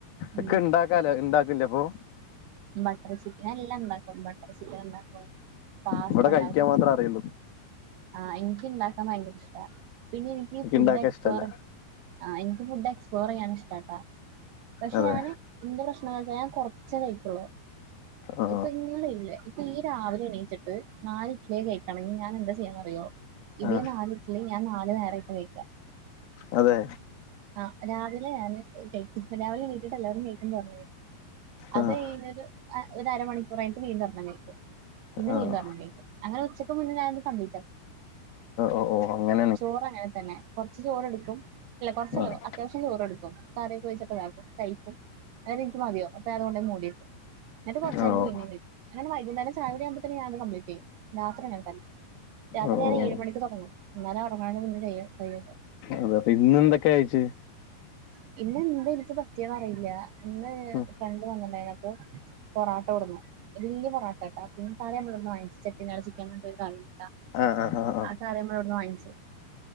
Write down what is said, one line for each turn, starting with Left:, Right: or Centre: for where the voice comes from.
Right: ഉം
Left: ഒക്കെ ഇണ്ടാക്കാലോ ഇണ്ടാക്കല്ലെ അപ്പോ
Right: ബട്ടർ ചിക്കൻ എല്ലാം ഇണ്ടാക്കും ബട്ടർ ചിക്കൻ ഇണ്ടാക്കും പാസ്ത
Left: ഇവിടെ
Right: ഇണ്ടാക്കും
Left: കഴിക്കാൻ മാത്രം അറിയുള്ളൂ
Right: ആ എനിക്ക് ഇണ്ടാക്കാൻ ഭയങ്കര ഇഷ്ട പിന്നെ എനിക്ക് ഫുഡ്
Left: ഇണ്ടാക്കാൻ
Right: എക്സ്പ്ലോർ
Left: ഇഷ്ടല്ല
Right: ആ ഇനിക്ക് ഫുഡ് എക്സ്പ്ലോർ ചെയ്യൻ ഇഷ്ടട്ടാ പക്ഷെ
Left: അതെ
Right: ഞാന് എന്റെ പ്രശ്നംന്ന് വെച്ചാൽ ഞാൻ കൊറച്ചേ കയിക്കൊള്ളു
Left: ആ
Right: ഇപ്പൊ ഇങ്ങളില്ലേ നീ രാവിലെ എണീറ്റിട്ട് നാല് ഇട്ട്ലി കഴിക്കണങ്കി ഞാൻ എന്താ ചെയ്യാന്നറിയോ ഇതേ
Left: ആ
Right: നാലിട്ട് ലി ഞാൻ നാല് നേരായിട്ട് കഴിക്കാ
Left: അതെ
Right: ആഹ് രാവിലെ ഞാൻ കയ്ക്ക രാവിലെ നീറ്റിട്ട് എല്ലാവരും കഴിക്കുന്ന് പറഞ്ഞ്
Left: ആഹ്
Right: അതഴിഞ്ഞ് അ ഒരു അരമണിക്കൂറായിട്ട് വീണ്ടും ഒരണം കഴിക്കും പിന്നെ
Left: ആഹ്
Right: വീണ്ടും ഒരണ്ണം കഴിക്കും അങ്ങനെ ഉച്ചയ്ക്ക് മുന്നേ ഞാനിത് കംപ്ലീറ്റ് ആക്കും
Left: ഓഓ അങ്ങനെ
Right: ചോറ് അങ്ങനെ തന്നെ കൊറച്ച് ചോറെടുക്കും അല്ല കുറച്ചല്ല
Left: ആഹ്
Right: അത്യാവശ്യം കൊറച്ചല്ല അത്യാവിശ്യം ചോറെടുക്കും കറിയൊക്കെ ഒഴിച്ചിട്ട്താക്കും കഴിക്കും അതന്നെ എനിക്ക് മതിയാവും അപ്പൊ ഞാനത് കൊണ്ടോയി മൂലയിലിടും എന്നിട്കൊറച്ചയ്ഞ്ഞ്
Left: ആഹ് ഓഹ്
Right: പിന്നെയും കഴിക്കും അങ്ങനെ വൈകുനേരം ചാ യുടിആവുമ്പതേനും ഞാനത് കംപ്ലീറ്റെയും രാത്രി അങ്ങന തന്നെ രാത്രി
Left: ഓഹ്
Right: ഞാൻ ഏഴ് മണിക്ക് തൊടങ്ങും എന്നാലെ ഒറങ്ങണ നെ <unintelligible>
Left: അതെ അപ്പൊ ഇന്നന്തൊക്കെകഴിച്ചേ
Right: പിന്നെ ഇന്ന് എനിക്ക് പറ്റി യെന്നറിയില്ല ഇന്ന്
Left: ഉം
Right: ഫ്രണ്ട് വന്നിണ്ടായിന് അപ്പൊ പൊറാട്ട കൊട്ന്ന് വലിയ പൊറാ ട്ടാ പിന്ന കറി നമ്മളോടുന്ന് വാങ്ങിച്ച് ചേട്ടിനാട് ചിക്കൻന്ന് പറഞ്ഞിട്ടൊരു കറിട്ടാ
Left: ആഹ് ആ ആ
Right: ആ കറി നമ്മളിവിടുന്ന് വാങ്ങിച്ച്